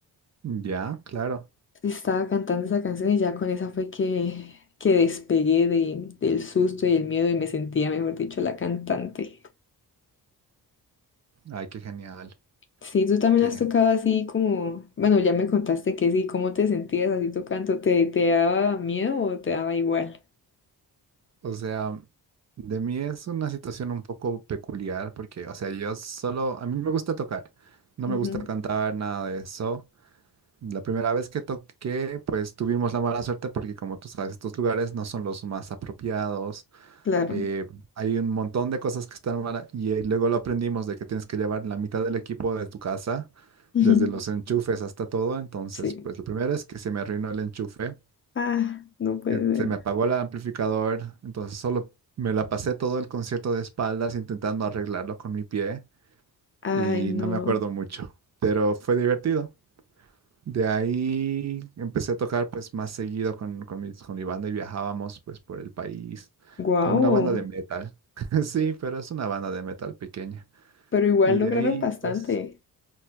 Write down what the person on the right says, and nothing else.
Ya, claro.
Ay, qué genial,
qué
genial.
O sea, de mí es una situación un poco peculiar porque, o sea, yo solo, a mí me gusta tocar, no
me gusta cantar, nada de eso. La primera vez que toqué, pues tuvimos la mala suerte porque, como tú sabes, estos lugares no son los más apropiados.
Eh, hay un montón de cosas que están mal y eh, luego lo aprendimos de que tienes que llevar la mitad del equipo de tu casa,
desde los enchufes hasta todo. Entonces,
pues lo primero es que se me arruinó el enchufe,
eh,
se me apagó el amplificador, entonces solo me la pasé todo el concierto de espaldas intentando arreglarlo con mi pie
y
no me acuerdo mucho, pero fue divertido. De ahí empecé a tocar pues más seguido con, con, mis- con mi banda y viajábamos pues por el país
como una banda de metal. <laughs> Sí, pero es una banda de metal pequeña.
Y de
ahí
pues